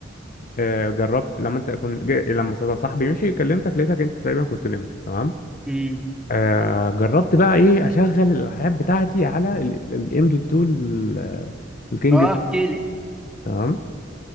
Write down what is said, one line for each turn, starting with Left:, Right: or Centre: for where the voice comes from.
Left: آه، جربت لما انت كنت جا- لما صدا- صاحبي مشي كلمتك لقيتك انت تقريبا كنت نمت تمام
Centre: امم
Left: آه جربت بقى ايه اشغل الالعاب بتاعتي على الام دوت 2 الكينج
Centre: اه احكي لي
Left: تمام